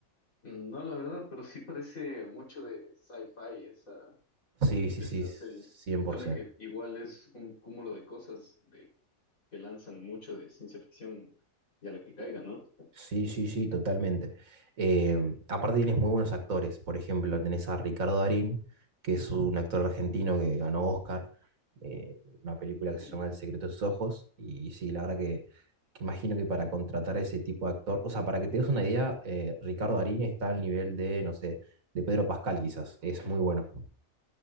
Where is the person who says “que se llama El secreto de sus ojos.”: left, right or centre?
Right